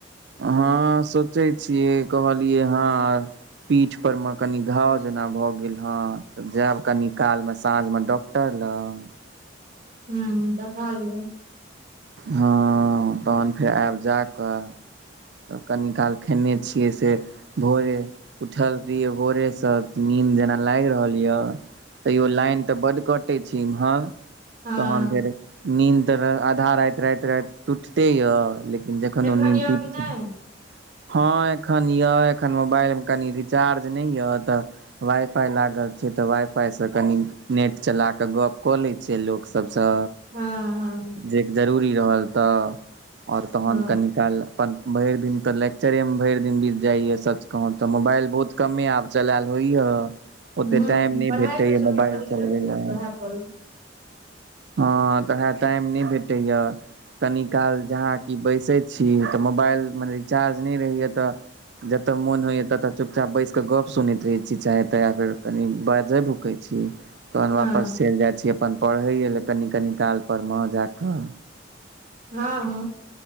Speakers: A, on the right; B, on the right.
A: हाँ सोचै छियै कहलियै हाँ पीठ पर मे कनि घाव जना भऽ गेल हाँ तऽ जायब कनि कालमे साँझमे डॉ क्टर लग।
B: हूँ देखा लिअ।
A: हाँ तखन फेर आब जा कऽ तऽ कनी काल खेने छियै से भोरे उठल रहियै भोरेसँ नींद जना लागि रहल ये। तैयो लाइन तऽ बड कटै छै इमहर
B: हँ
A: तखन फेर निन्द तऽ आधा राति राति टूटते ये लेकिन जखन
B: एखन
A: ओ निन्द
B: यए
A: टुट
B: कि नहि
A: जेत हाँ एखन य एखन मोबाइल मे कनि रिचार्ज नै ये तऽ वाइ फाइ लागल छै तऽ वाइ फाइसँ कनि नेट चला कऽ गप्प कऽ लै छियै लोकसभसँ।
B: हाँ हाँ।
A: जे जरूरी रहल तऽ और तखन
B: हँ
A: कनि काल्हि अपन भरि दिन तऽ लेक्चरेमे भरि दिन बीत जाइए, सच कहू तऽ मोबाइल बहुत कमे आब चलेल होइये। ओते
B: ह
A: टाइम नहि
B: पढ़ाइ
A: भेटैए
B: तऽ सभसँ
A: मोबाइल
B: बड़ी
A: चलबै
B: जरूरी
A: ले।
B: छै उएह करू
A: हाँ तऽ वै टाइम नै भेटैये। कनि काल जहाँ कि बैसै छी तऽ मोबाइल मे रिचार्ज नै रहैए तऽ जतऽ मोन होइये ततऽ चुपचाप बैस क गप सुनैत रहै छी चाहे त फेर कनि बाज भुक सकै छी। तखन
B: हँ
A: वापस चलि जाइ छी अपन पढ़ैए ले कनि कनि काल पर मे जाकऽ।
B: हृं हाँ।